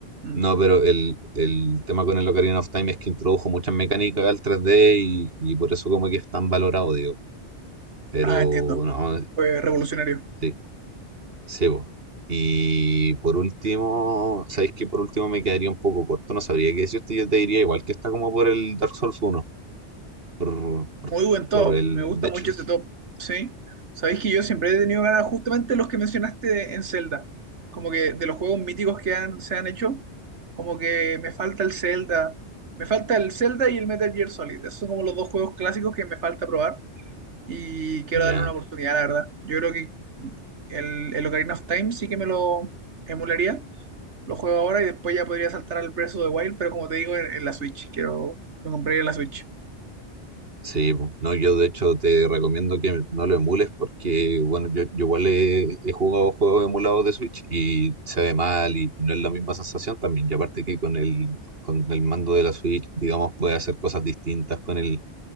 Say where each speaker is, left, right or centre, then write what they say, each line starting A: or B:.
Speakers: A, on the right (about 80°); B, on the right (about 55°).
A: Mm.
B: no, pero el, el tema con el Ocarina of Time es que introdujo muchas mecánicas al 3D y, y por eso como que es tan valorado, digo. Pero
A: Ah, entiendo.
B: no,
A: Fue revolucionario.
B: sí, sí, po. Y por último, ¿sabéis que por último me quedaría un poco corto? No sabría qué decirte, yo te diría igual que está como por el Dark Souls uno por,
A: Muy buen top,
B: por el,
A: me gusta
B: de
A: mucho
B: hecho,
A: ese top, ¿sí? Sabéis que yo siempre he tenido ganas justamente los que mencionaste de- en Zelda, como que de los juegos míticos que han, se han hecho, como que me falta el Zelda, me falta el Zelda y el Metal Gear Solid, esos son como los dos juegos clásicos que me falta probar y quiero
B: Ya,
A: darle una oportunidad, la verdad. Yo creo que el, el Ocarina of Time sí que me lo emularía, lo juego ahora y después ya podría saltar al Breath of the Wild, pero como te digo, en, en la Switch, quiero, me compraría la Switch.
B: sí, po. no, yo de hecho te recomiendo que no lo emules porque, bueno, yo, yo igual he, he jugado juegos emulados de Switch y se ve mal y, y no es la misma sensación también. Y aparte que con el, con el mando de la Switch, digamos, puede hacer cosas distintas con el,